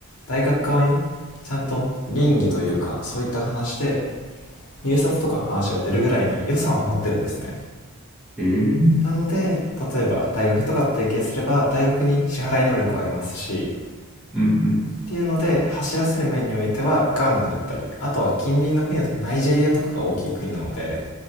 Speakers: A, on the left (about 80°); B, in the centre.
A: 大学側にちゃんと倫理というかそういった話で入札とかの話が出るぐらいに予算は持ってるんですね。
B: ええ
A: なので例えば大学とか提携すれば大学に支払い能力はありますしっ
B: うんうん。
A: ていうので走らせる面においてはガーナであったりあとは近隣の国だとナイジェリアとかが大きい国なので、